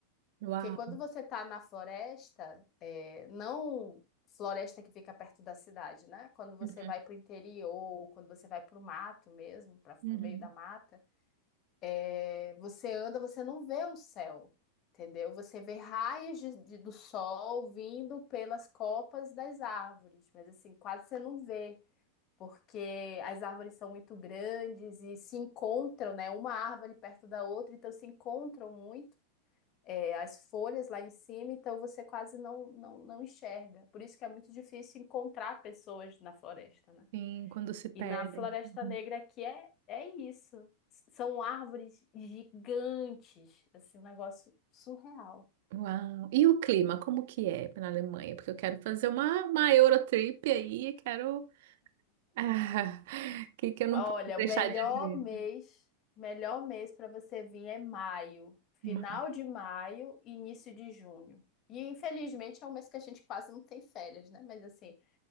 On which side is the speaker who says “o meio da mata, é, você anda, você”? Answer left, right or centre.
Left